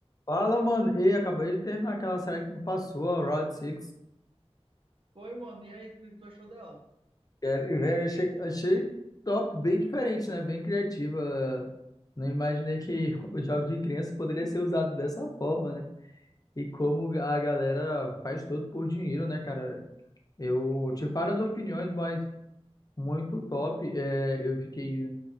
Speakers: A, on the left (about 35°); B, on the right (about 55°).
A: Fala, mano. Ei, acabei de terminar aquela série que me passou, a Route 6.
B: Foi, mano. E aí, o que tu achou dela?
A: Quero- e, Velho, achei, achei top, bem diferente, né? Bem criativa. Não imaginei que <laughs> os jogos de criança poderia ser usado dessa forma, né? E como a galera faz tudo por dinheiro, né, cara? Eu tive várias opiniões, mas muito top. É, eu fiquei